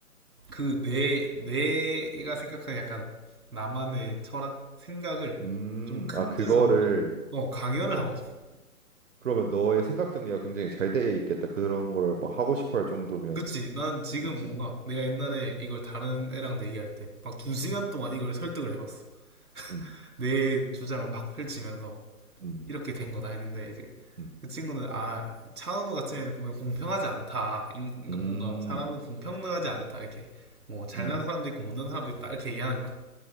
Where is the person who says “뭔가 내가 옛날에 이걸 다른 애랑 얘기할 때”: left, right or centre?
Right